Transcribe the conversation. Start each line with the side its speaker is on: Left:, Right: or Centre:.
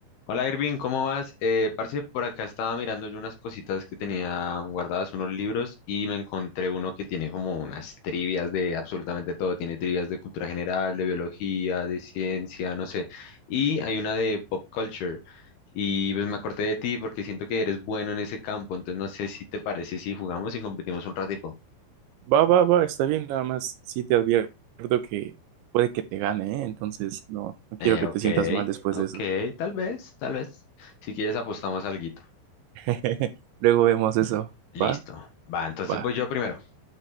Left: Hola Irving, ¿cómo vas? Eh, parce, por acá estaba mirando yo unas cositas que tenía guardadas, unos libros, y me encontré uno que tiene como unas trivias de absolutamente todo. Tiene trivias de cultura general, de biología, de ciencia, no sé. Y hay una de pop culture. Y pues me acordé de ti porque siento que eres bueno en ese campo, entonces no sé si te parece si jugamos y competimos un ratico.
Right: Va, va, va, está bien, nada más. Sí te advierto que puede que te gane, ¿eh? Entonces no, no quiero
Left: Eh,
Right: que
Left: ok,
Right: te sientas mal después
Left: ok,
Right: de eso.
Left: tal vez, tal vez. Si quieres apostamos alguito.
Right: <laughs> Luego vemos eso.
Left: Listo.
Right: Va,
Left: Va, entonces
Right: va,
Left: voy yo primero.